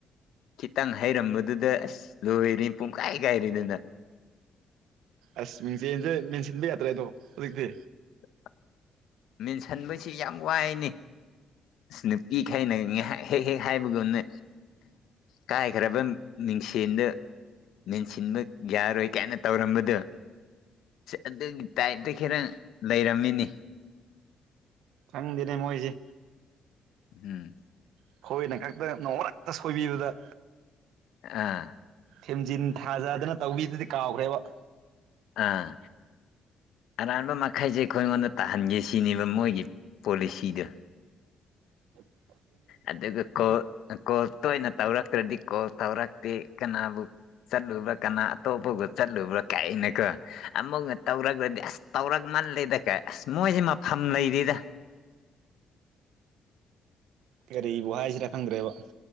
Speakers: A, on the left (about 80°); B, on the right (about 85°).
A: ꯈꯤꯇꯪ ꯍꯩꯔꯝꯕꯗꯨꯗ ꯑꯁ ꯂꯣꯏꯔ ꯄꯨꯡꯈꯥꯏ ꯀꯥꯏꯔꯤꯗꯅ
B: ꯑꯁ ꯃꯤꯡꯆꯦꯜꯁꯦ ꯃꯦꯟꯁꯤꯟꯕ ꯌꯥꯗ꯭ꯔꯦ ꯑꯗꯣ ꯍꯧꯖꯤꯛꯇꯤ
A: <inaudible> <inaudible> ꯃꯦꯟꯁꯤꯟꯕꯁꯤ ꯌꯥꯝ ꯋꯥꯏꯅꯤ ꯅꯨꯄꯤ ꯈꯩꯅ ꯉꯥꯏꯍꯥꯛ ꯍꯦꯛ ꯍꯦꯛ ꯍꯥꯏꯕꯒꯨꯝꯅ ꯀꯥꯏꯈ꯭ꯔꯕ ꯃꯤꯡꯁꯦꯟꯗ ꯃꯦꯟꯁꯤꯟꯕ ꯌꯥꯔꯣꯏ ꯀꯥꯏꯅ ꯇꯧꯔꯝꯕꯗꯨꯣ ꯑꯗꯨꯒꯤ ꯇꯥꯏꯞꯇ ꯈꯤꯇꯪ ꯂꯩꯔꯝꯃꯤꯅꯤ
B: ꯈꯪꯗꯦꯅꯦ ꯃꯣꯏꯁꯦ
A: ꯎꯝ
B: ꯑꯩꯈꯣꯏꯅ ꯈꯛꯇ ꯅꯣꯡꯔꯛꯇ ꯁꯣꯏꯕꯤꯕꯗ
A: ꯑ
B: ꯊꯦꯝꯖꯤꯟ ꯊꯥꯖꯗꯅ ꯇꯧꯕꯤꯗꯨꯗꯤ ꯀꯥꯎꯈ꯭ꯔꯦꯕ
A: ꯑꯥ ꯑꯔꯥꯟꯕ ꯃꯈꯩꯁꯦ ꯑꯩꯈꯣꯏꯉꯣꯟꯗ ꯇꯥꯍꯟꯒꯦ ꯁꯤꯅꯦꯕ ꯃꯣꯏꯒꯤ ꯄꯣꯂꯤꯁꯤꯗꯣ
B: <inaudible>
A: ꯑꯗꯨꯒ ꯀꯣꯜ ꯀꯣꯜ ꯇꯣꯏꯅ ꯇꯧꯔꯛꯇ꯭ꯔꯗꯤ ꯀꯣꯜ ꯇꯧꯔꯛꯇꯦ ꯀꯅꯥꯕꯨ ꯆꯠꯂꯨꯕ꯭ꯔꯥ ꯀꯅꯥ ꯑꯇꯣꯞꯄꯒ ꯆꯠꯂꯨꯕ꯭ꯔꯥ ꯀꯥꯏꯅꯀꯣ ꯑꯃꯨꯛꯅ ꯇꯧꯔꯒ꯭ꯔꯗꯤ ꯑꯁ ꯇꯧꯔꯛ ꯃꯜꯂꯦꯗ ꯀꯥꯏ ꯑꯁ ꯃꯣꯏꯁꯦ ꯃꯐꯝ ꯂꯩꯔꯤꯗ
B: ꯀꯔꯤꯕꯨ ꯍꯥꯏꯁꯤꯔ ꯈꯪꯗ꯭ꯔꯦꯕ